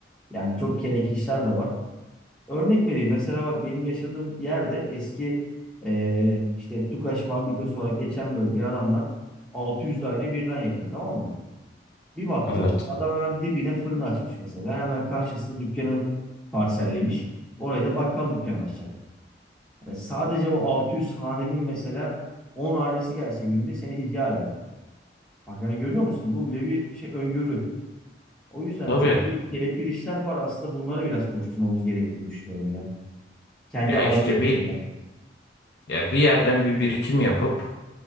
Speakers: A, in the centre; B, on the left.
A: Yani çok kelek işler de var. Örnek vereyim. Mesela bak benim yaşadığım yerde eski e, işte Tukaş fabrikası olarak geçen bölgeye adamlar 600 daire birden yapıyor tamam mı? Bir baktım
B: Evet.
A: adam hemen dibine fırın açmış mesela. Hemen karşısında dükkanı parsellemiş. Oraya da bakkal dükkanı açacak. Yani sadece o 600 hanenin mesela 10 hanesi gelse günde seni ihya eder. Bak hani görüyor musun? Bu bile bir şey öngörü. O yüzden
B: Tabii.
A: çok büyük kelepir işler var. Aslında bunlara biraz koşturmamız gerektiğini düşünüyorum ya. Kendi
B: Ya
A: alanının
B: işte
A: dışında.
B: bir ya bir yerden bir birikim yapıp